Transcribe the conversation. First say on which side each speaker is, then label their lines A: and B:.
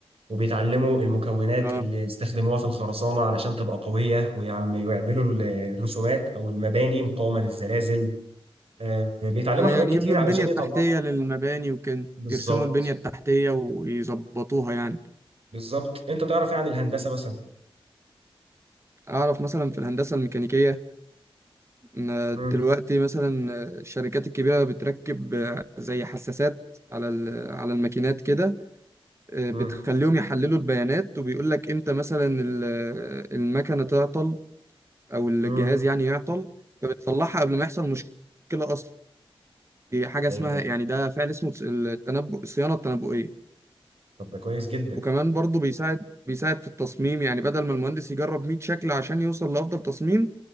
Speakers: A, on the right; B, on the right.
A: وبيتعلموا المكونات
B: آه.
A: اللي استخدموها في الخرسانة علشان تبقى قوية ويعم- ويعملوا ال- الرسومات أو المباني مقاومة للزلازل آه، بيتعلموا
B: آه
A: حاجات
B: يعني
A: كتير
B: يبنوا
A: علشان
B: البنية التحتية
A: يطلعوا
B: للمباني وكده
A: بالظبط
B: يرسموا البنية التحتية ويظبطوها يعني
A: بالظبط أنت تعرف يعني الهندسة مثلا
B: أعرف مثلا في الهندسة الميكانيكية إن
A: مم.
B: دلوقتي مثلا الشركات الكبيرة بتركب آه، زي حساسات على ال- على الماكينات كده آه،
A: مم.
B: بتخليهم يحللوا البيانات وبيقول لك إمتى مثلا ال- المكنة تعطل أو الجهاز
A: مم.
B: يعني يعطل فبتصلحها قبل ما يحصل مشكلة أصلا في حاجة
A: طيب
B: اسمها
A: ده
B: يعني ده فعل اسمه تس- التنبؤ الصيانة التنبؤية
A: طب ده كويس جدا
B: وكمان برضه بيساعد بيساعد في التصميم يعني بدل ما المهندس يجرب 100 شكل عشان يوصل لأفضل تصميم